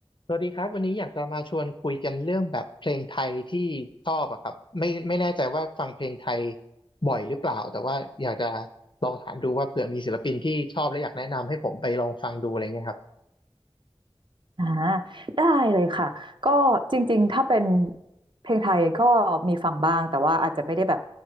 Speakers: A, on the left; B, on the right.
A: สวัสดีครับวันนี้อยากจะมาชวนคุยกันเรื่องแบบเพลงไทยที่ชอบอะครับไม่ไม่แน่ใจว่าฟังเพลงไทยบ่อยหรือเปล่าแต่ว่าอยากจะลองถามดูว่าเผื่อมีศิลปินที่ชอบและอยากแนะนำให้ผมไปลองฟังดูอะไรเงี้ยครับ
B: อ่าได้เลยค่ะก็จริงๆถ้าเป็นเพลงไทยก็มีฟังบ้างแต่ว่าอาจจะไม่ได้แบบ